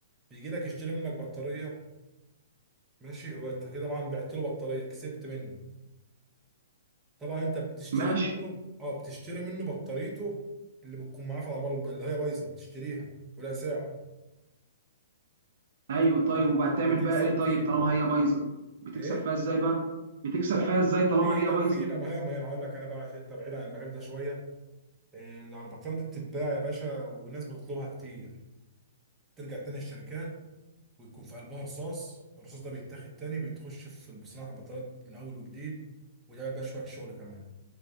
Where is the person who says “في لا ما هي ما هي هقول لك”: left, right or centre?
Right